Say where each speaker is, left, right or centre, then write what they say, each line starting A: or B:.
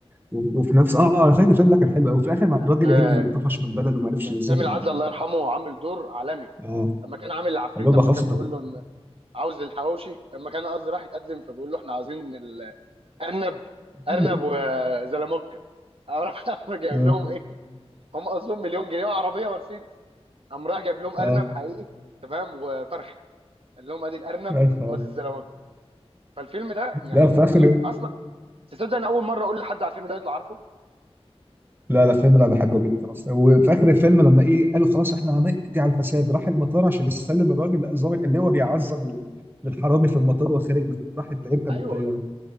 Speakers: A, on the right (about 20°); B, on the right (about 60°).
A: و... وفي نفس اه انا فاكر الفيلم ده كان حلو قوي وفي الاخر الراجل
B: كان آه
A: يعني طفش من البلد وما عرفش
B: كان
A: يزهق
B: سامي العدل
A: يعني
B: الله يرحمه عامل دور عالمي
A: اه
B: لما كان عامل العفريت
A: قال له
B: لما
A: بقى خلاص
B: كان
A: انت-
B: بيقول له ان عاوز الحواوشي لما كان قصدي راح يتقدم فبيقول له احنا عاوزين الارنب
A: <laughs>
B: ارنب وزلموكه قام راح <laughs> جايب
A: اه
B: لهم ايه هم قصدهم مليون جنيه وعربيه ومرسيدس قام راح جايب لهم ارنب
A: اه
B: حقيقي تمام وفرخه قال لهم ادي الارنب
A: عارف
B: وادي الزلموكه فالفيلم ده يعني
A: لا
B: ما
A: في
B: ما
A: اخر
B: اظن اصلا تصدق انا اول مره اقول لحد على الفيلم ده يطلع عارفه
A: لا لا فيلم انا بحبه جدا اصلا وفي اخر الفيلم لما ايه قالوا خلاص احنا هنقضي على الفساد راح المطار عشان يسلم الراجل لا الظابط اللي هو بيعذب ال- الحرامي في المطار وخارج بت- راح يت- يركب
B: ايوه
A: الطياره